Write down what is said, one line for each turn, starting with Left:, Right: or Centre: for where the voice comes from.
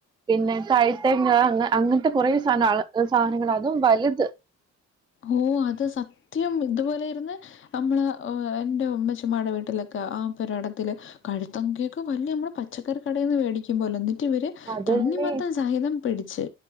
Right: പിന്നെ തൈ തെങ് അ അങ്ങനത്തെ കുറേ സാന സാനങ്ങള് അതും വലുത്
Left: ഓഹ് അത് സത്യം ഇതുപോലേര്ന്ന് നമ്മള് എന്റെ ഉമ്മച്ചമാടെ വീട്ടിലൊക്കെ ആ പൊരേടത്തില് കഴുത്തങ്കേക്ക് വല്ല്യമ്മളെ പച്ചക്കറി കടേന്ന് വേടിക്കുമ്പോല ന്നട്ട് വെര്
Right: അതന്നെ
Left: തണ്ണിമത്തൻ സഹിതം പിടിച്ച്.